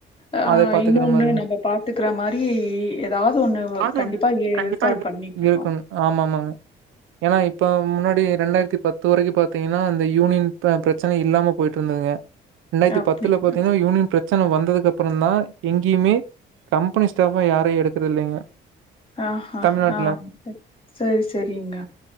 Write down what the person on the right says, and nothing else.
அத பாத்துக்குற
மாரி.
அது
ஒண்ணு கண்டிப்பா
இரு
ஆமாமாங்க ஏனா இப்ப முன்னாடி ரெண்டாயிர்த்தி பத்து வரைக்கு பாத்தீங்கன்னா இந்த யூனியன் ப பிரச்சன இல்லாம பொயிட்டு இருந்ததுங்க ரெண்டாய்த்தி
பத்துல பாத்தீங்கன்னா யூனியன் பிரச்சன வந்தது அப்றோ தா எங்கேயுமே கம்பெனி ஸ்டாபா யாரையு எடுக்கறது இல்லைங்க
தமிழ்நாட்ல.